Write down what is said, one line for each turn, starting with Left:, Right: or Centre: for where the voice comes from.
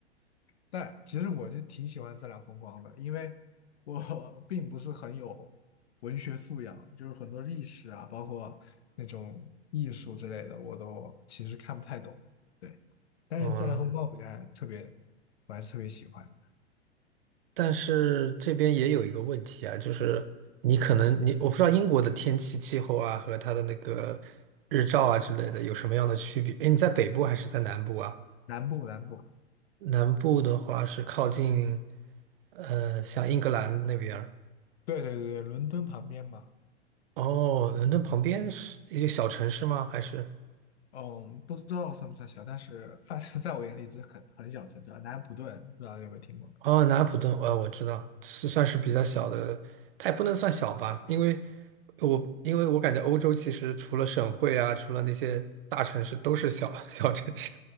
Left: 但其实我就挺喜欢自然风光的，因为我 <laughs> 并不是很有文学素养，就是很多历史啊，包括那种艺术之类的，我都其实看不太懂。对，但是自然风光我觉得还特别，
Right: <laughs> 嗯。
Left: 我还是特别喜欢的。
Right: 但是这边也有一个问题啊，就是你可能你我不知道英国的天气气候啊和它的那个日照啊之类的有什么样的区别？诶，你在北部还是在南部啊？
Left: 南部，南部，
Right: 南部的话是靠近呃像英格兰那边儿。
Left: 对对对，伦敦旁边嘛，
Right: 哦，伦敦旁边是一个小城市吗？还是？
Left: 嗯，不知道算不算小，但是反正在我眼里是很很小城市啊。南安普顿，不知道有没有听过？
Right: 哦，南安普顿，呃，我知道是算是比较小的，它也不能算小吧，因为我因为我感觉欧洲其实除了省会啊，除了那些大城市，都是小 <laughs> 小城市。